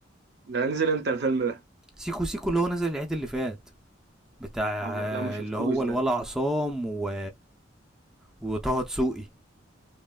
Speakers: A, on the right (about 55°); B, in the centre.
A: ده نزل امتى الفيلم ده
B: سيكو سيكو اللي هو نزل العيد اللي فات بتاع
A: والله لا ما شفتوش
B: اللي هو
A: ده
B: الولا عصام و... وطه دسوقي